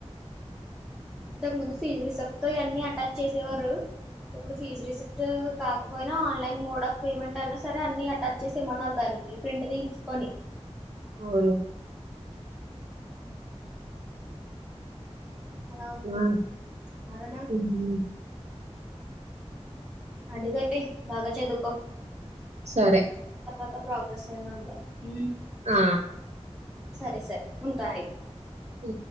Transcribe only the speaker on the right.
అవును
ఆ
ఉమ్,
సరే
ఆ
ఉ